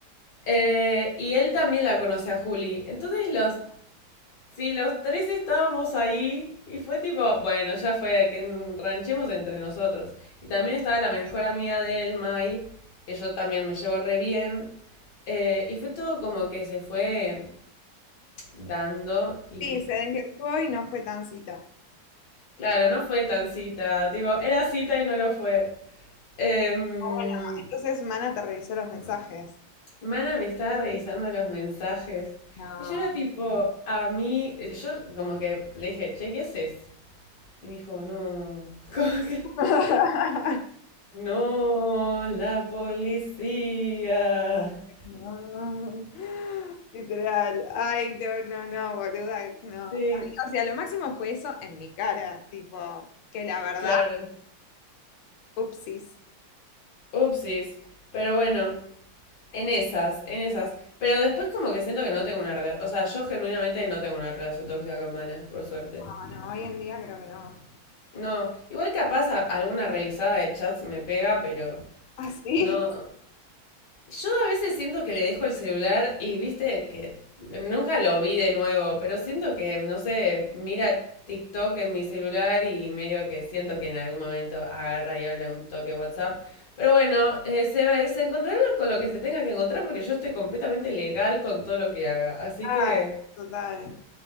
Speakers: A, on the left; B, on the left.
A: Eh, y él también la conoce a Juli. Entonces los, sí, los tres estábamos ahí y fue tipo, bueno, ya fue, que ranchemos entre nosotros. Y también estaba la mejor amiga de él, Mai, que yo también me llevo re bien. Eh, y fue todo como que se fue dando y
B: sí, se desvirtuó y no fue tan cita.
A: claro, no fue tan cita, tipo, era cita y no lo fue. Em,
B: O bueno, entonces Mana te revisó los mensajes.
A: Mana me estaba revisando los mensajes
B: No.
A: y yo era tipo, a mí, yo como que le dije, che, ¿qué haces? Y me dijo, no, <laughs> como que,
B: <laughs>
A: no, la policía.
B: No. Literal. Ay, no, no, no, boluda, no.
A: Sí,
B: O sea, lo máximo fue eso en mi cara, tipo, que la verdad,
A: claro,
B: upsis.
A: upsis, pero bueno. En esas, en esas. Pero después como que siento que no tengo una relación. O sea, yo genuinamente no tengo una relación tóxica con Mana, por suerte.
B: No, no, hoy en día creo que no.
A: No. Igual capaz a- alguna revisada de chats me pega, pero
B: ¿Ah, sí?
A: no. Yo a veces siento que le dejo el celular y viste que nunca lo vi de nuevo, pero siento que, no sé, mira TikTok en mi celular y medio que siento que en algún momento agarra y abre un toque WhatsApp. Pero bueno, eh, se, se encontrará con lo que se tenga que encontrar porque yo estoy completamente legal con todo lo que haga. Así
B: Ah,
A: que,
B: total,